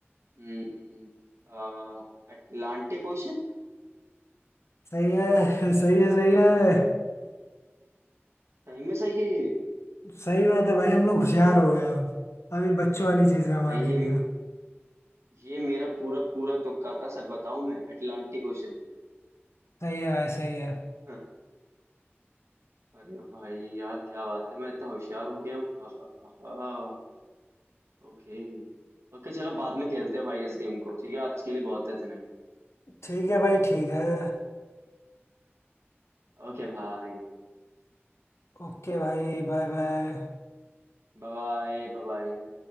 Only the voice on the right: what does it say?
हम्म, आ, अटलांटिक ओशन
सही में सही है ये
भाई ये
मे- ये मेरा पूरा पूरा तुक्का था सर बताऊं मैं अटलांटिक ओशन
<laughs> अरे भाई यार क्या बात है मैं इतना होशियार हो गया हूँ हा हा हा हा ओके ओके चलो बाद में खेलते हैं भाई इस गेम को ठीक है आज के लिए बहुत है इतना ही
ओके भाई
बाय बाय बाय।